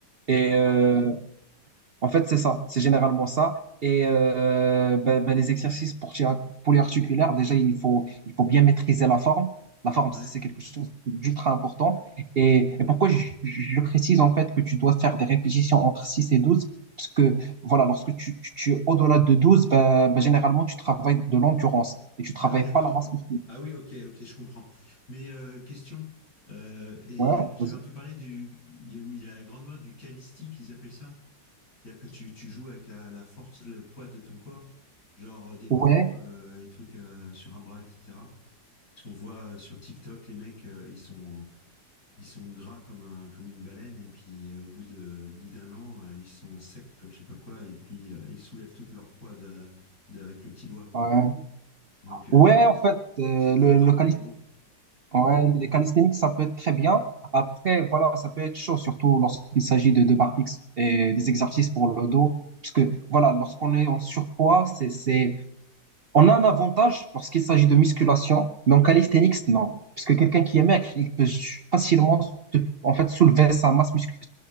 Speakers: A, on the left; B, on the right.
A: d'accord.
B: Et euh, en fait, c'est ça, c'est généralement ça. Et euh, ben, ben, les exercices pour tira- polyarticulaires, déjà, il faut, il faut bien maîtriser la forme. La forme,
A: Ouais.
B: c'est quelque chose d'ultra important. Et, et pourquoi je, je précise en fait que tu dois faire des répétitions entre six et douze Parce que voilà, lorsque tu, tu, tu es au-delà de 12, ben, ben, généralement, tu travailles de l'endurance et tu travailles
A: Ah oui, d'accord.
B: pas la masse musculaire.
A: Ah oui, ok, ok, je comprends. Mais euh, question, euh, et
B: Ouais,
A: j'avais
B: vas-y.
A: entendu parler du, il y a, il y a la grande mode du calisti qu'ils appellent ça. C'est-à-dire que tu, tu joues avec la, la force, le poids de ton corps, genre euh, des
B: ouais,
A: pompes euh, et trucs euh, sur un bras, etc. Parce qu'on voit euh, sur TikTok, les mecs, euh, ils sont, ils sont gras comme un, comme une baleine, et puis euh, au bout de, au bout d'un an, euh, ils sont secs comme je sais pas quoi, et puis euh, ils soulèvent tout leur poids d'un- d'un- avec le petit doigt, quoi.
B: ouais.
A: Donc euh,
B: Ouais, en fait, euh,
A: c'est tentant,
B: le, le
A: mais bon.
B: Ouais, les calisthéniques, ça peut être très bien. Après, voilà, ça peut être chaud, surtout lorsqu'il s'agit de, de barres fixes et des exercices pour le dos. Parce que, voilà, lorsqu'on est en surpoids, c'est, c'est, on a un avantage lorsqu'il s'agit de musculation, mais en calisthenics,
A: Mm.
B: non. Parce que quelqu'un qui est maigre, il peut facilement se- en fait, soulever sa masse musculaire,